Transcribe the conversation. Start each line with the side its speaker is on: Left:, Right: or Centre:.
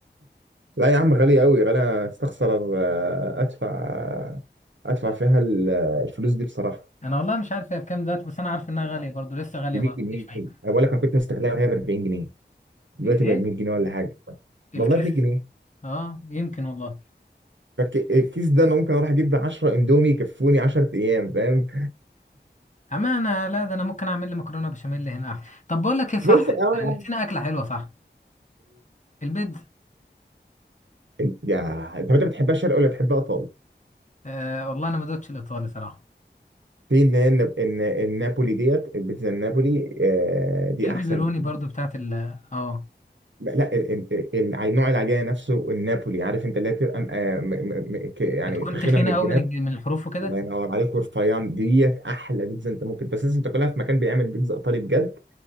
Right: لا يا عم غالية أوي غالية أنا أستخسر آه، أدفع آه، أدفع فيها ال- آه، الفلوس دي بصراحة
Left: انا والله مش عارف هي بكام دلوقتي بس انا عارف انها غالية برضو لسه غالية
Right: ب 100
Left: برضو مفيش فايدة
Right: جنيه أنا بقول لك أنا كنت مستغلها وهي ب 40 جنيه دلوقتي
Left: الايه
Right: بقى ب 100 جنيه ولا حاجة
Left: الكيس
Right: والله ب 100 جنيه
Left: اه يمكن والله
Right: فالك- الكيس ده أنا ممكن أروح أجيب 10 إندومي يكفوني 10 أيام فاهم
Left: اما انا لا ده انا ممكن اعمل لي مكرونة بشاميل هنا أحسن. طب بقول لك ايه صح
Right: بس أه
Left: نسينا اكلة حلوة صح البيتزا
Right: يا أنت يا- طب أنت بتحبها شرق ولا بتحبها إيطالي؟
Left: آه والله انا ما دوتش الايطالي صراحة
Right: في اللي هي الناب- النا- النابولي ديت البيتزا النابولي آه، دي
Left: في البيبروني
Right: أحسن
Left: برضو بتاعت ال اه
Right: لا ال- ال- ال- الع- نوع العجينه نفسه النابولي عارف انت اللي هي بتبقى م- آه، م- م- م- ك- يعني
Left: انت كنت
Right: تخينه
Left: خينة
Right: من الجناب
Left: قوي من الج- من الحروف وكده
Right: الله ينور عليك ورفيان ديت احلى بيتزا انت ممكن بس لازم تاكلها في مكان بيعمل بيتزا ايطالي بجد